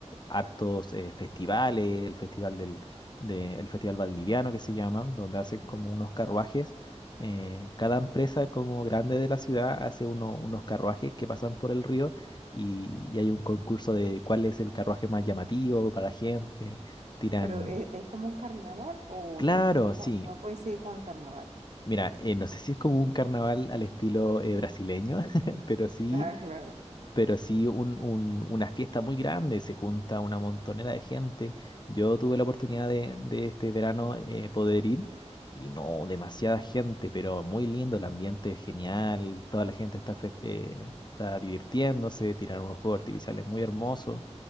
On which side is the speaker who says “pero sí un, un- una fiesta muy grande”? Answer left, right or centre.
Left